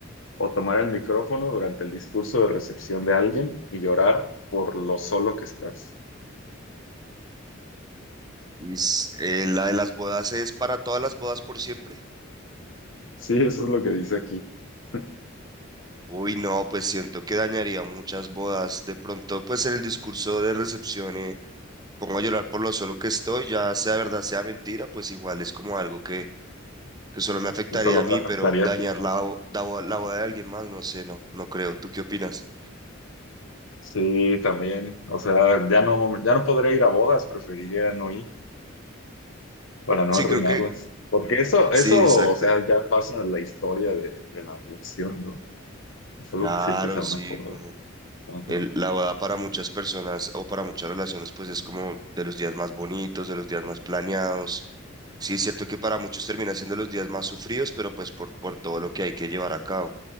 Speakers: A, on the left (about 70°); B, on the right (about 20°).
A: ¿O tomar el micrófono durante el discurso de recepción de alguien y llorar por lo solo que estás?
B: Is- eh, ¿la de las bodas es para todas las bodas por siempre?
A: Sí, eso es lo que dice aquí. <laughs>
B: Uy, no, pues siento que dañaría muchas bodas. De pronto, pues en el discurso de recepción, eh, pongo a llorar por lo solo que estoy, ya sea verdad, sea mentira, pues igual es como algo que que solo me afectaría
A: Eso lo
B: a mí,
A: trataría
B: pero dañar
A: así,
B: la,
A: ¿no?
B: bo- da- la boda de alguien más, no sé, no, no creo. ¿Tú qué opinas?
A: Sí, también. O sea, ya no, ya no podré ir a bodas, preferiría no ir para no
B: Sí,
A: arruinarlas.
B: creo que
A: Porque eso,
B: <laughs>
A: eso,
B: sí, exacto.
A: o sea, ya pasa en la historia de, de la relación, ¿no? Es algo
B: Claro,
A: que siempre se van
B: sí,
A: a acordar.
B: como
A: Ajá.
B: el, la boda para muchas personas o para muchas relaciones, pues es como de los días más bonitos, de los días más planeados. Sí, es cierto que para muchos termina siendo los días más sufridos, pero pues por, por todo lo que hay que llevar a cabo.